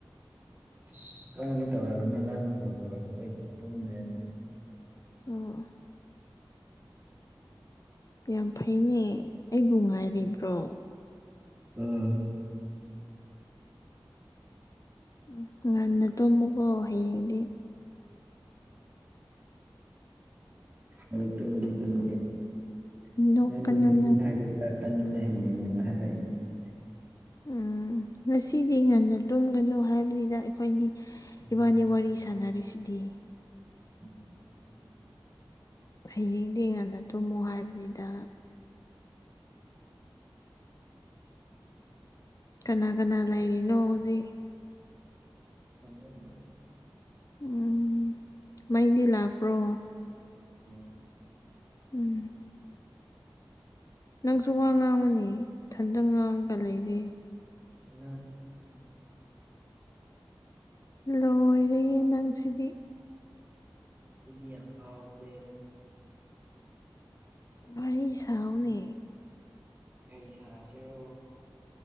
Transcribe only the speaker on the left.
ꯑꯣ
ꯌꯥꯝ ꯐꯩꯅꯦ ꯑꯩꯕꯨ ꯉꯥꯏꯔꯤꯕ꯭ꯔꯣ
ꯎꯝ ꯉꯟꯅ ꯇꯨꯝꯝꯃꯨꯀꯣ ꯍꯌꯦꯡꯗꯤ
ꯅꯣꯛꯀꯅꯨ ꯅꯪ ꯎꯝ ꯉꯁꯤꯗꯤ ꯉꯟꯅ ꯇꯨꯝꯒꯅꯨ ꯍꯥꯏꯕꯅꯤꯗ ꯑꯩꯈꯣꯏꯅꯤ
ꯏꯕꯥꯅꯤ ꯋꯥꯔꯤ ꯁꯥꯟꯅꯔꯤꯁꯤꯗꯤ
ꯍꯌꯦꯡꯗꯤ ꯉꯥꯟꯗ ꯇꯨꯝꯃꯣ ꯍꯥꯏꯕꯅꯤꯗ ꯀꯅꯥ ꯀꯅꯥ ꯂꯩꯔꯤꯅꯣ ꯍꯧꯖꯤꯛ
ꯎꯝ ꯃꯩꯗꯤ ꯂꯥꯛꯄ꯭ꯔꯣ
ꯎꯝ ꯅꯪꯁꯨ ꯋꯥ ꯉꯥꯡꯉꯨꯅꯦ ꯏꯊꯟꯇ ꯉꯥꯡꯉꯒ ꯂꯩꯔ
ꯂꯣꯏꯔꯦꯍꯦ ꯅꯪ ꯁꯤꯗꯤ
ꯋꯥꯔꯤ ꯁꯥꯎꯅꯦ